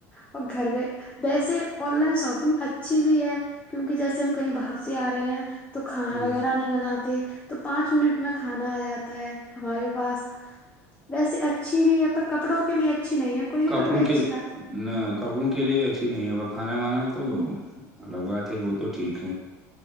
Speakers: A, on the left; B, in the centre.
A: اور گھر و ویسے آن لائن شاپ اچھی بھی ہے کیونکہ جیسے ہم کہیں باہر سے آ رہے ہیں تو کھانا
B: ہ
A: وغیرہ نہیں بناتے تو پانچ منٹ میں کھانا آ جاتا ہے ہمارے پاس ویسے اچھی بھی ہے پر کپڑوں کے لیے اچھی نہیں ہے کوئی بھی
B: کپڑوں
A: کپڑے اچھے
B: کے
A: آتے
B: نہ کپڑوں کے لیے اچھی نہیں ہے کھانا وانا تو الگ بات ہے وہ تو ٹھیک ہے